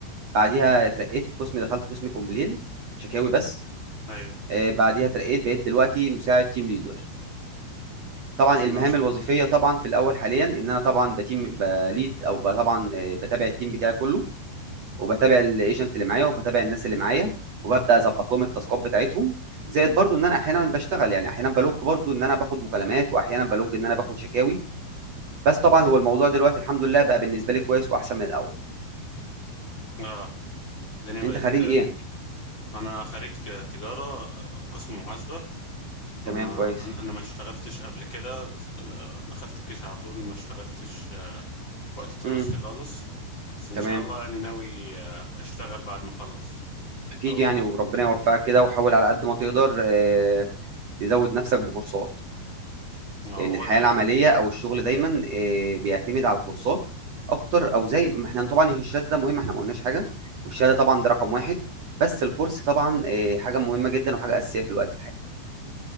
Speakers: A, on the right; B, on the left.
A: بعديها اترقيت في قسم دخلت قسم كومبلين شكاوي بس
B: ايوه
A: آه، بعديها اترقيت بقيت دلوقتي مساعد تيم ليدر طبعا
B: بسم
A: المهام
B: الله ما شاء
A: الوظيفيه
B: الله
A: طبعا في الاول حاليا ان انا طبعا بتيم بليد او ب- طبعا آه، بتابع التيم بتاعي كله وبتابع الايجنت اللي معايا وبتابع الناس اللي معايا وببدا اظبط لهم التاسكات بتاعتهم زائد برضو ان انا احيانا بشتغل يعني احيانا بلوج برضو ان انا باخد مكالمات واحيانا بلوج ان انا باخد شكاوي بس طبعا هو الموضوع دلوقتي الحمد لله بقى بالنسبه لي كويس واحسن من الاول
B: اه الدنيا بقت
A: انت خريج
B: آه،
A: ايه
B: انا خريج آه، تجاره آه، قسم محاسبه
A: تمام
B: انا
A: كويس
B: انا أنا ما اشتغلتش قبل كده بس آه، دخلت الجيش على طول ما اشتغلتش آه، في وقت
A: امم
B: دراستي خالص بس ان
A: تمام
B: شاء الله يعني ناوي آه، اشتغل بعد ما اخلص
A: اكيد
B: او
A: يعني
B: ال-
A: وربنا يوفقك كده وحاول على قد ما تقدر آه، تزود نفسك بكورسات
B: آه،
A: لان
B: هو
A: الحياه
B: ده الأ-
A: العمليه او الشغل دايما آه، بيعتمد على الكورسات اكتر او زي ما احنا طبعا هي الشهاده مهمه احنا ما قلناش حاجه والشهاده طبعا ده رقم واحد بس الكورس طبعا آه، حاجه مهمه جدا وحاجه اساسيه في الوقت الحالي